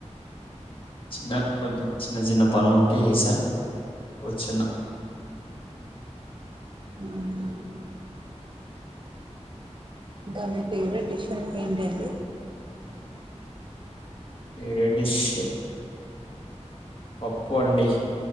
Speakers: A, on the left; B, on the right.
A: చిన్న కొన్ని చిన్న చిన్న పనులు ఉంటే చేసా కూచ్చున్న
B: <inaudible> ఇంకా మీ ఫేవరెట్ డిషస్ ఏంటండి
A: ఏ డిష్ పప్పు అండి